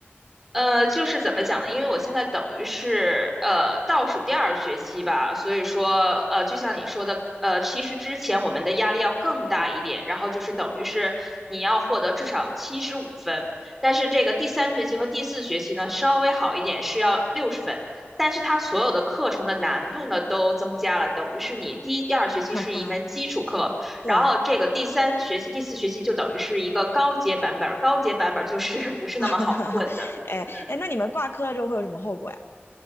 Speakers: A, in the centre; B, on the left (about 75°).
A: 呃，就是怎么讲呢？因为我现在等于是呃倒数第二学期吧，所以说呃，就像你说的，呃，其实之前我们的压力要更大一点，然后就是等于是你要获得至少七十五分，但是这个第三学期和第四学期呢稍微好一点，是要六十分，但是它所有的课程的难度呢都增加了，等于是你第一、第二学期是一门基础课，
B: <laughs> 哈哈，对，
A: 然后这个第三学期、
B: <laughs>
A: 第四学期就等于是一个高阶版本儿，高阶版本儿就是 <laughs> 不是那么好混的。
B: 哈哈哈，哎哎，
A: 嗯，
B: 那你们挂科了之后会有什么后果呀？